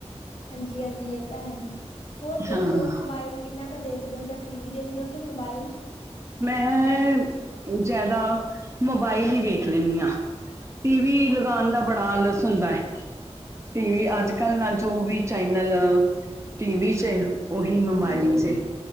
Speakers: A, on the left; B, on the right.
A: ਹਾਂਜੀ-ਹਾਂਜੀ ਏਹ ਤਾਂ ਹੈ, ਹੋਰ ਦੱਸੋ
B: ਹਾਂ
A: ਮੋਬਾਇਲ ਕਿੰਨਾ ਕ ਦੇਖਦੇ ਹੋ, ਜਾਂ ਟੀ ਵੀ ਦੇਖਦੇ ਹੋ ਕਿ ਮੋਬਾਇਲ?
B: ਮੈਂ ਜਾਦਾ ਮੋਬਾਇਲ ਈ ਵੇਖ ਲੈਂਨੀ ਆ। ਟੀ ਵੀ ਲਗਾਨ ਦਾ ਬੜਾ ਆਲਸ ਹੁੰਦਾ ਐ। ਟੀ ਵੀ ਅੱਜ-ਕੱਲ ਨਾਲ ਜੋ ਵੀ ਚੈਈਨਲ, ਟੀਵੀ ਚੈ ਓਹੀ ਮੋਬਾਈਲ
A: ਹਾਂਜੀ
B: ਚ,
A: ਹਾਂਜੀ